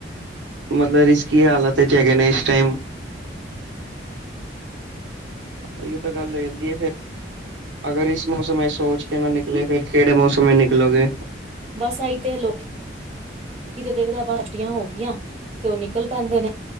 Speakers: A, on the right; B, on the right.
A: ਮਤਲਬ ਰਿਸਕੀ ਹਾਲਤ ਚ ਹੈਗੇ ਨੇ ਇਸ ਟਾਈਮ ਉਹੀਓ ਤਾਂ ਗੱਲ ਹੋ ਜਾਂਦੀ ਐ ਫੇਰ ਅਗਰ ਇਸ ਮੌਸਮ ਇਚ ਸੋਚ ਕੇ ਨਾ ਨਿਕਲੇ ਫਿਰ ਕਿਹੜੇ ਮੌਸਮ ਨਿਕਲੋਗੇ
B: ਬਸ ਆਈ ਤੇ ਲੋਕੀ ਤੇ ਦੇਖਦਾਂ ਹੁਟੀਆਂ ਹੋ ਗੀਆਂ ਤੇ ਓ ਨਿਕਲ ਪੈਂਦੇ ਨੇ।